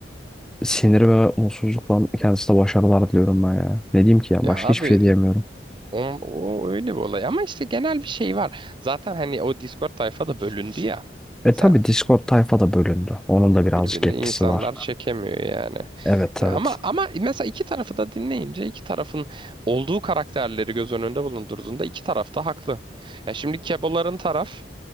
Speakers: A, in the centre; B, on the right.
A: sinir ve mutsuzlukla kendisine başarılar diliyorum ben ya. Ne diyeyim ki ya
B: Ya
A: başka
B: abi
A: hiçbir şey diyemiyorum.
B: on- o, öyle bir olay ama işte genel bir şey var. Zaten hani o Discord tayfa da bölündü ya.
A: E
B: Sen
A: tabi Discord tayfa da bölündü. Onun da birazcık
B: birbirini
A: etkisi
B: insanlar
A: var.
B: çekemiyor yani.
A: Evet evet.
B: Ya ama ama mesela iki tarafı da dinleyince iki tarafın olduğu karakterleri göz önünde bulundurduğunda iki taraf da haklı. Ya şimdi Keboların taraf